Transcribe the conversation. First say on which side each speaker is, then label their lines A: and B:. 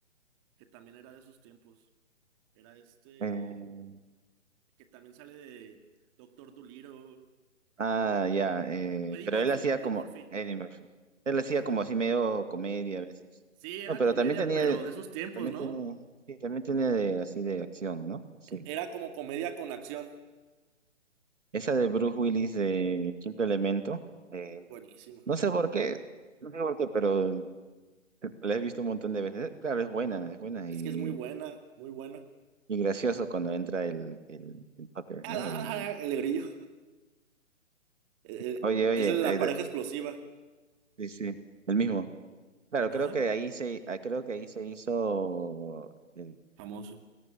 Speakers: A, on the right (about 25°); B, on the right (about 70°).
A: Que también era de esos tiempos. Era este.
B: eh,
A: Que también sale de Doctor Dolittle.
B: ah, ya. eh,
A: Eddie
B: pero
A: Murphy.
B: él hacía
A: Eddie
B: como.
A: Murphy.
B: Eddie Murphy. Él hacía
A: Ajá.
B: como así medio comedia a veces.
A: Sí, era
B: No, pero
A: comedia,
B: también tenía.
A: pero de esos tiempos,
B: También
A: ¿no?
B: tiene. Sí, también tiene de, así de acción, ¿no? Sí.
A: Era como comedia con acción.
B: Esa de Bruce Willis de Quinto Elemento, eh,
A: Buenísima.
B: no sé por qué, no sé por qué, pero la he visto un montón de veces. Claro, es buena, es buena y,
A: Es que es muy buena, muy buena.
B: y gracioso cuando entra el, el, el Tucker,
A: ¡Ah!
B: ¿no?
A: ah,
B: El,
A: ah! El grillo. Eh,
B: oye,
A: eh,
B: oye,
A: esa es la
B: eh,
A: pareja
B: de-
A: explosiva.
B: sí, sí, el mismo. Claro,
A: Ajá.
B: creo que ahí se, ah, creo que ahí se hizo, eh,
A: Famoso.